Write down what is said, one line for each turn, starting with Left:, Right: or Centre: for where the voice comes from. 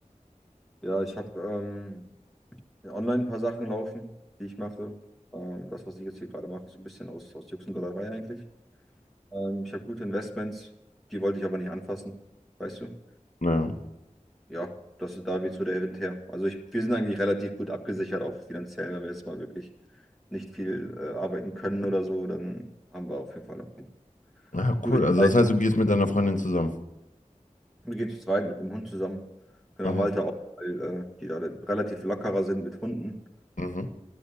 Centre: ja, ich habe ähm, online ein paar Sachen laufen, die ich mache. Ähm, das, was ich jetzt hier gerade mache, ist ein bisschen aus, aus Jux und Dollerei eigentlich. Ähm, ich habe gute Investments, die wollte ich aber nicht anfassen, weißt du?
Left: Ja.
Centre: ja, das ist da weht so der Wind her. Also ich, wir sind eigentlich relativ gut abgesichert, auch finanziell, wenn wir jetzt mal wirklich nicht viel äh, arbeiten können oder so, dann haben wir auf jeden Fall noch eine
Left: Ja, Ah,
Centre: gute
Left: cool. Also
Centre: Zeit.
Left: das heißt, du gehst mit deiner Freundin zusammen.
Centre: Wir gehen zu zweit mit dem Hund zusammen. Genau,
Left: Aha.
Centre: Malte auch, weil äh, die da relativ lockerer sind mit Hunden.
Left: Mhm.